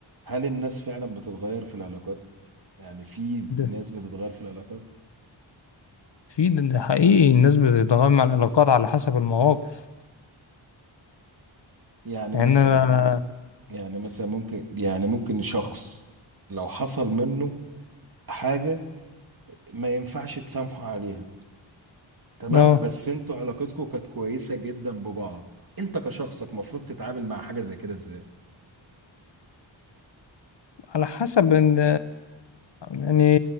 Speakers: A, on the right (about 45°); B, on the left (about 60°).
A: هل الناس فعلا بتتغير في العلاقات يعني في ناس
B: ده
A: بتتغير في العلاقات
B: في ده ده حقيقي الناس بتتغير مع العلاقات على حسب المواقف
A: يعني
B: يعني
A: مثلا
B: انا
A: يعني مثلا ممكن يعني ممكن شخص لو حصل منه حاجه ما ينفعش تسامحه عليها تمام
B: اه
A: بس انتوا علاقتكم كانت كويسه جدا ببعض انت كشخصك مفروض تتعامل مع حاجه زي كده ازاي
B: على حسب ان يعني